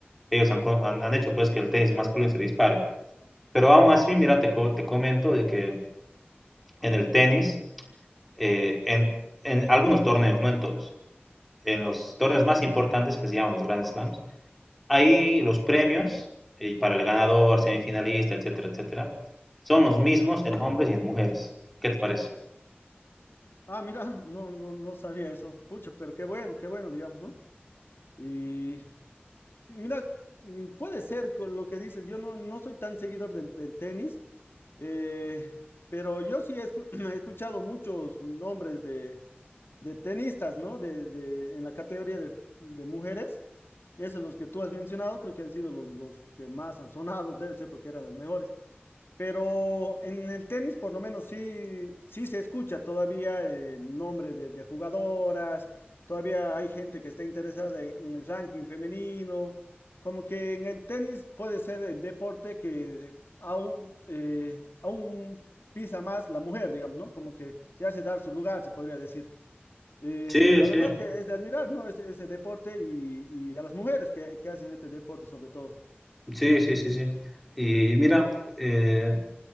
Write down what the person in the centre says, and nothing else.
ellos han, co- han- han hecho pues que el tenis masculino se dispare. Pero aún así, mira, te, co- te comento de que en el tenis, eh, en, en algunos torneos, no en todos, en los torneos más importantes que se llaman los Grand Slams, ahí los premios eh, para el ganador, semifinalista, etcétera, etcétera, son los mismos en hombres y en mujeres. ¿Qué te parece?
Sí,
sí.
Sí, sí, sí, sí. Y mira, eh,